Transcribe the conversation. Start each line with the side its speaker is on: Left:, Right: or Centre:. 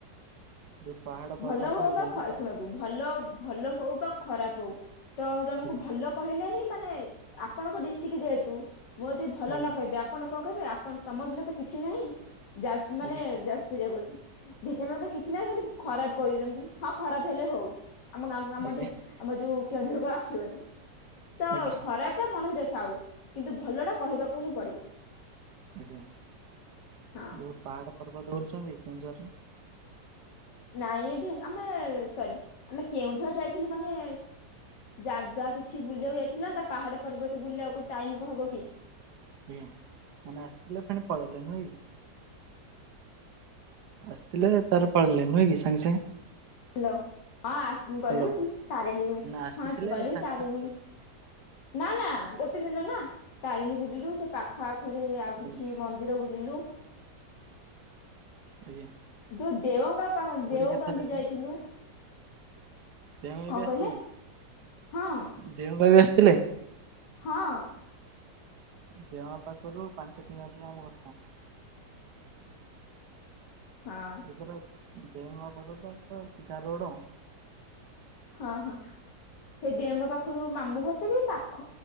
Right: ଯୋଉ ପାହାଡ
Left: ଭଲ
Right: ପର୍ବତ
Left: ହଉ ବା
Right: ଡ୍ୟାନ୍ସ
Left: ଖ ଶୁଣନ୍ତୁ? ଭଲ ଭଲ ହଉ ବା ଖରାପ ହଉ ତ ଜଣକୁ
Right: ଆଜ୍ଞା
Left: ଭଲ କହିଲେ ହିଁ ମାନେ ଆପଣଙ୍କ ଡିଷ୍ଟ୍ରିକ୍ଟ ଯେହେତୁ ମୁଁ ଯଦି ଭଲ
Right: ଆଜ୍ଞା
Left: ନ କହିବି। ଆପଣ କଣ କହିବେ ଆପଣ ତମ ଜିଲ୍ଲା ତ କିଛି ନାହିଁ ଯାଜ ମାନେ
Right: ଆଜ୍ଞା
Left: ଯାଜପୁରିଆ କହୁଛି। ଢେଙ୍କାନାଳ ତ କିଛି ନାହି କିନ୍ତୁ ଖରାପ କହିଦେଉଛନ୍ତି ହଁ ଖରାପ ହେଲେ ହଉ ଆମ ଗାଁ ଆମର
Right: ଆଜ୍ଞା
Left: ଢେଙ୍କ ଆମ ଯୋଉ କେଉଁଝରକୁ ଆସିବନି ତ
Right: ଆଜ୍ଞା
Left: ଖରାପ ତ ମନ ଭିତରେ ଥାଉ କିନ୍ତୁ ଭଲ ଟା କହିବାକୁ ହିଁ ପଡିବ?
Right: ଆଜ୍ଞା
Left: ହଁ
Right: ଯୋଉ ପାହାଡ ପର୍ବ ଦେଖିଛନ୍ତି କେଉଁ କେଉଁଝର?
Left: ନାଇଁ ଏଠି ଆମେ ସରି ଆମେ କେଉଁଝର ଯାଇଥିଲୁ ମାନେ ଜାଗା କିଛି ବୁଲିବାକୁ ଯାଇଥିଲା ନା ତା ପାହାଡ ପର୍ବତ ବୁଲିବାକୁ ଟାଇମ କୋଉ ହବ କି?
Right: ଆଜ୍ଞା ମାନେ ଆସିଥିଲେ ଫେଣି ପଳେଇଲେ ନୁହେ କି? ଆସିଥିଲେ ତାର ପଳେଇଲେ ନୁଁହେ କି ସାଙ୍ଗସାଙ୍ଗ
Left: ହ୍ୟାଲୋ ହଁ ଆସ୍ ଗଲୁ
Right: ହ୍ୟାଲୋ
Left: ତାରେଣୀ
Right: ମାନେ ଆସିଥିଲେ
Left: ହଁ ଗଲୁ
Right: ସାଙ୍ଗେ
Left: ତାରିଣୀ
Right: ସାଙ୍ଗେ ପଳେଇଲେ
Left: ନା ନା ଗୋଟେ ଦିନ ନା ତାରିଣୀ ବୁଲିଲୁ ସେ ପାଖ ଆଖରେ ଆଉ କିଛି
Right: ଆଜ୍ଞା
Left: ମନ୍ଦିର ବୁଲିଲୁ।
Right: ଆଜ୍ଞା।
Left: ଯୋଉ ଦେଓଗାଁ ପାବାନ୍
Right: ପୁରୀ
Left: ଦେଓଗାଁ
Right: କେତେଥର
Left: ବି ଯାଇଥିଲୁ।
Right: ଦେଓ ଗାଁ
Left: କଣ
Right: ବି ଆସିଥିଲେ।
Left: କହିଲେ ହଁ
Right: ଦେଓ ଗାଁ ବି ଆସିଥିଲେ।
Left: ହଁ
Right: ଦେଓ ପାଖରୁ ପାଞ୍ଚ କିଲୋମିଟର୍ ଆମ ଘର ଟା।
Left: ହଁ।
Right: ଦେଓ ଗାଁ ପାଖରୁ ସିଧା ରୋଡ।
Left: ହଁ ହଁ ସେଇ ଦେଓ ଗାଁ ପାଖରୁ ମାମୁଁ ଘର ଟା ବି ପାଖ